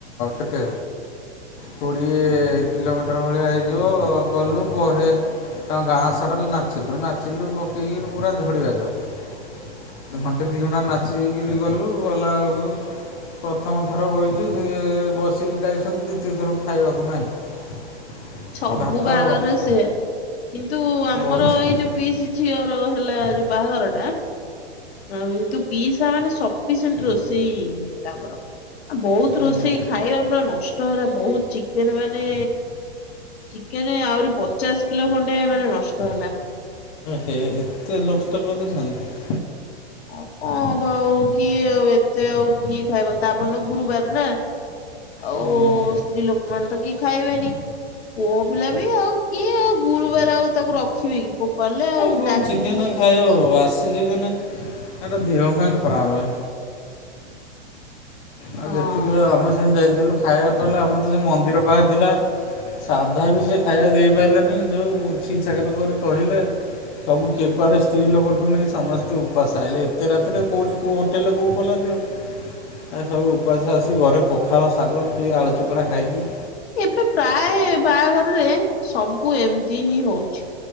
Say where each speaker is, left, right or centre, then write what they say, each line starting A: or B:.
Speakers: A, on the left; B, on the left.
A: କେତେ କୋଡ଼ିଏ କିଲୋମିଟର ଟର ଭଳିଆ ହେଇଯିବ ଗଲୁ ବହେ ତାଙ୍କ ଗାଁ ସାରା ତ ନାଚିଲୁ ନାଚିଲୁ ପକେଇକିରି ପୁରା ଝଡ଼ିବା ଯାଏ। ଘଣ୍ଟେ ଦୁଇ ଘଣ୍ଟା ନାଚିକିରି ଗଲୁ ଗଲାବେଳକୁ ପ୍ରଥମ ଥର ବଇଚୁ ଯିଏ ବସିକି ଯାଇଛନ୍ତି ଦିତୀୟ ଥରକୁ ଖାଇବାକୁ ନାହିଁ।
B: ସବୁ
A: ଭାତ
B: ବାହାଘରରେ
A: ଭାତ
B: ସେୟା କିନ୍ତୁ ଆମର
A: ବଡ଼ ହୁଁ
B: ଏଇ ଯୋଉ ପିସି ଝିଅର ହେଲା ଯୋଉ ବାହାଘରଟା ଯେହେତୁ ପିଇସା ମାନେ ସ ସପିସେଣ୍ଟ ରୋଷେଇ ହେଇଥିଲା ଆମର ଆ ବହୁତ
A: ହୁଁ
B: ରୋଷେଇ ଖାଇବା ପୁରା ନଷ୍ଟ ନଷ୍ଟ ହେଲା ବହୁତ ଚିକେନ ମାନେ ଚିକେନ ଆହୁରି ପଚାଶ କିଲୋ ଖଣ୍ଡେ ମାନେ ନଷ୍ଟ ହେଲା।
A: ହେ ଏତେ ଲଷ୍ଟ କରିଦଉଛନ୍ତି।
B: ଆଉ କଣ ହବ ଆଉ କିଏ ଆଉ ଏତେ ଆଉ କିଏ ଖାଇବ ତା ପରଦିନ ଗୁରୁବାର ନା ଆଉ
A: ହୁଁ
B: ସ୍ତ୍ରୀ ଲୋକମାନେ ତ କିଏ ଖାଇବେନି। ପୁଅ ପିଲା ବି ଆଉ କିଏ ଆଉ ଗୁରୁବାର ଆଉ ତାକୁ ରଖିବେ କି ଫୋପାଡ଼ିଲେ ଆଉ
A: ମୁଁ
B: ଡାକିକି।
A: ଚିକେନ ଖାଇବାକୁ ଆସିଛି କି ନାହିଁ, ଏଟା ଦେହ ପାଇଁ ଖରାପେ ଆଉ
B: ହଁ
A: ଯେତିକି ବେଳେ ଆମେ ସେ ଯାଇଥିଲୁ ଖାଇବାକୁ ପାଇଲେ ଆମର ତ ସେ ମନ୍ଦିର ପାଖରେ ଥିଲା ସାଧା ବି ସେ ଖାଇବାକୁ ଦେଇପାରିଲେନି ଯେଉଁ ଛି ଛାକର କରି କହିଲେ। ସବୁ କିଏ କୁଆଡ଼େ ସ୍ତ୍ରୀ ଲୋକଠୁ ନେଇ ସମସ୍ତଙ୍କୁ ଉପାସ ଆଇଲେ ଏତେ ରାତିରେ କଉଠି କେଉଁ ହୋଟେଲ କେଉଁ ଖୋଲାଥିବ? ଏ ସବୁ ଉପାସ ଆସି ଘରେ ପଖାଳ ଶାଗ କି ଆଳୁ ଚକଡ଼ା ଖାଇକି
B: ଏବେ ପ୍ରାୟ ବାହାଘରରେ ସବୁ ଏମିତି ହିଁ ହଉଛି।